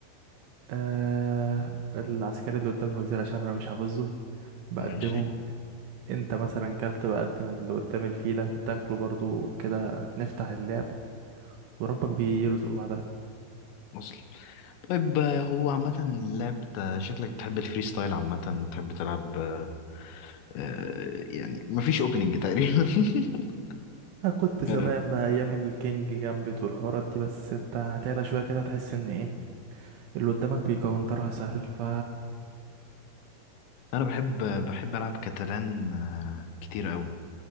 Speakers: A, on the right (about 75°); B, on the left (about 70°).
A: آه العسكري اللي قدام الوزير عشان أنا مش حافظهم بقدمه
B: ماشي
A: انت مثلا كلت بقدم اللي قدام الفيلة تاكله برضو كده نفتح اللعب وربك بيرزق بعدها
B: وصل طيب آه، هو عامة اللعب ده شكلك بتحب الفري ستايل عامة بتحب تلعب آه، آه، يعني مفيش اوبننج تقريبا <laughs>
A: انا كنت زمان
B: آه،
A: بقى ايام الكينج جامبت والحوارات دي بس انت هتعلى شوية كده هتحس ان ايه اللي قدامك بيكونترها سهل ف
B: انا بحب بحب العب كاتالان آه، كتير قوي